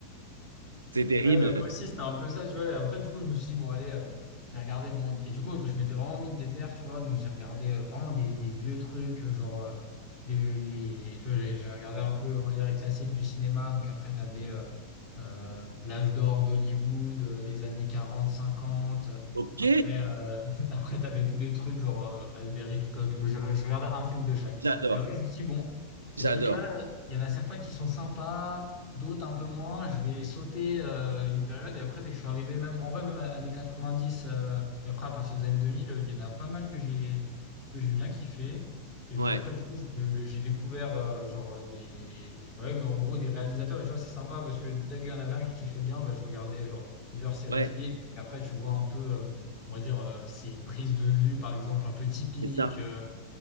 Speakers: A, on the right (about 75°); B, on the left (about 55°).
A: C'est terrible.
B: Ouais, bah, moi aussi, c'était un peu ça, tu vois. Et après, du coup, je me suis dit, bon, allez, euh, j'ai regardé bon Et du coup, je m'étais vraiment mis une déterre, tu vois. Donc, j'ai regardé euh, vraiment des, des vieux trucs, euh, genre, euh, les, les- tu vois, j'ai j'ai regardé un peu, on va dire, les classiques du cinéma. Donc, après, tu avais euh, l'âge d'or d'Hollywood, euh, les années quarante cinquante,
A: Ok,
B: Après, euh, <laughs> après tu avais tous les trucs, genre euh, Albert Hitchcock. Bon, Je, je regardais un film de chaque.
A: j'adore,
B: Et après, je me suis dit, bon, ces
A: j'adore.
B: trucs-là, il y en a certains qui sont sympas, d'autres un peu moins. Je vais sauter euh, une période. Et après, dès que je suis arrivé, même en vrai, même à- années 90, euh, et après, à partir des années 2000, euh, il y en a pas mal que j'ai que j'ai bien kiffé. Et puis
A: Ouais,
B: après, du coup, je- j'ai découvert euh, genre euh, des. bah ouais, mais en gros, des réalisateurs. Et tu vois, c'est sympa parce que dès qu'il y en avait un qui fait bien, bah, je regardais genre plusieurs séries
A: ouais,
B: de films. Et après, tu vois un peu, euh, on va dire, euh, ces prises de vue, par exemple, un peu typiques.
A: c'est ça.
B: euh,